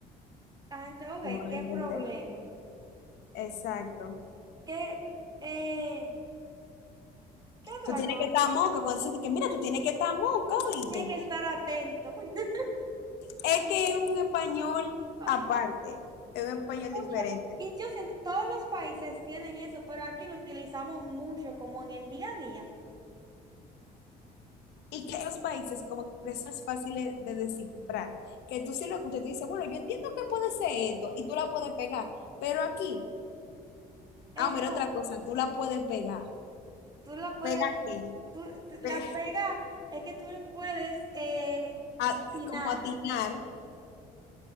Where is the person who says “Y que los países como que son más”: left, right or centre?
Left